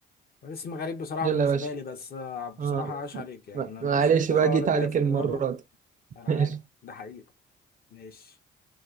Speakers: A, on the left; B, on the right.
A: اسم غريب بصراحة
B: يلا
A: بالنسبة
B: يا باشا
A: لي بس آه، بصراحة
B: اه
A: عاش عليك يعني
B: ما-
A: أنا
B: معلش
A: ماليش في الكورة
B: بقى جيت
A: ولا ليا
B: عليك
A: في
B: المرة
A: الرياضة
B: دي <laughs>
A: انا عارف ده حقيقي ماشي